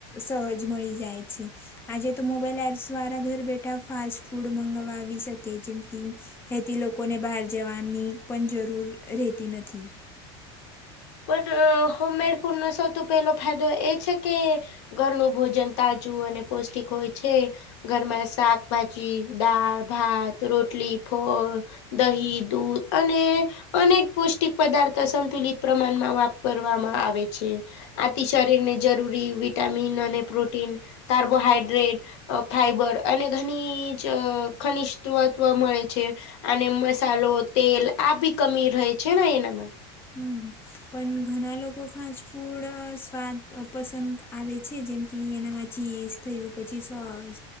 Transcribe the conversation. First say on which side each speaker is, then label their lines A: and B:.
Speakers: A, on the left; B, on the left.
A: સહજ મળી જાય છે આજે તો મોબાઈલ એપ્સ દ્વારા ઘ ફાસ્ટ ફૂડ મંગવા આવી શકે જેમ કે હથી લોકોને બહાર જવાની પણ જરૂર રહેતી નથી
B: પણ હોમમેડ ફૂડ ન સૌથી પહેલો ફાયદો એ છે કે ઘરનું ભોજન તાજું અને પૌષ્ટિક હોય છે ઘરમાં શાકભાજી દાળ ભાત રોટલી ફોળ દહી દૂધ અને અનેક પૌષ્ટિક પદાર્થો સંતુલિત પ્રમાણમાં વાપરવામાં આવે છે આથી શરીરને જરૂરી વિટામિન અને પ્રોટીન કાર્બોહાઈડ્રેટ અ ફાઈબર અને ઘણી જ ખનિષ તત્વ મળે છે અને મસાલો તેલ આ બી કમી રહે છે ને એનામાં
A: હમ પણ ઘણા લોકો ફાસ્ટ ફૂડ સ્વાદ પસંદ આવે છે જેમ કે એનામાં ચી થયું પછી શસ